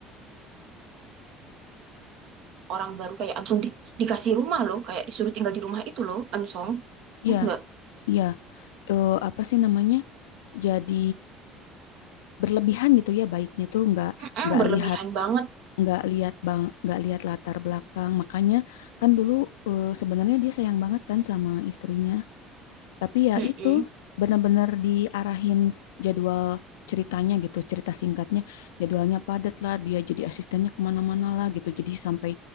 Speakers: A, on the right; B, on the left.
A: orang baru kayak Ansong di- dikasih rumah loh kayak disuruh tinggal di rumah itu loh Ansong, terus
B: Iya,
A: nggak
B: iya. Eh, apa sih namanya? Jadi berlebihan gitu ya baiknya tuh nggak
A: Mm-mm,
B: nggak
A: berlebihan
B: lihat
A: banget
B: nggak lihat bang nggak lihat latar belakang makanya kan dulu eh, sebenarnya dia sayang banget kan sama istrinya Tapi ya
A: Mm-mm,
B: itu benar-benar diarahin jadwal ceritanya gitu, cerita singkatnya jadwalnya padat lah, dia jadi asistennya kemana-mana lah gitu. Jadi sampai